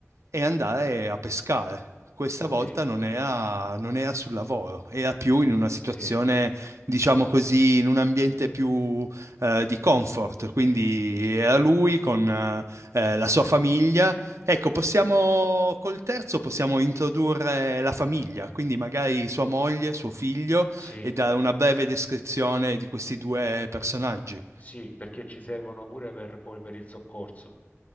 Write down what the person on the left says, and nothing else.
okay,
sì,
sì,
sì.
Sì, perché ci servono pure per poi per il soccorso.